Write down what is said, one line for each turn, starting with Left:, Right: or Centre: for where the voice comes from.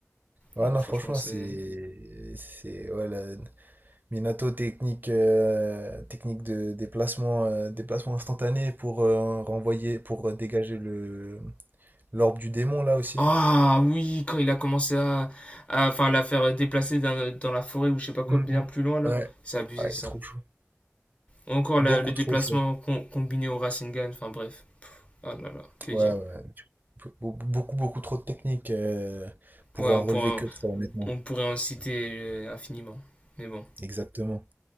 Right: Ouais,
Left: Non,
Right: non,
Left: franchement,
Right: franchement,
Left: c'est.
Right: c'est. C'est. Ouais, la- Minato, technique, euh, technique de déplacement, euh, déplacement instantané pour euh, renvoyer, pour euh, dégager le l'orbe du démon, là aussi.
Left: Ah oui, quand il a commencé à, à- enfin, la faire déplacer d'un- dans la forêt ou je sais pas quoi,
Right: Mhm.
Left: bien plus loin là,
Right: Ouais.
Left: c'est abusé
Right: Ouais,
Left: ça.
Right: trop chaud.
Left: Ou encore la-
Right: Beaucoup
Left: le déplacement
Right: trop chaud.
Left: com- combiné au Rasengan, enfin bref. Oh là là, que
Right: Ouais,
Left: dire.
Right: ouais. Be- be- Beaucoup, beaucoup trop de technique euh, pour
Left: Ouais,
Right: en
Left: on pourrait,
Right: relever que trois, honnêtement.
Left: on pourrait en citer euh, infiniment. Mais bon,
Right: Exactement.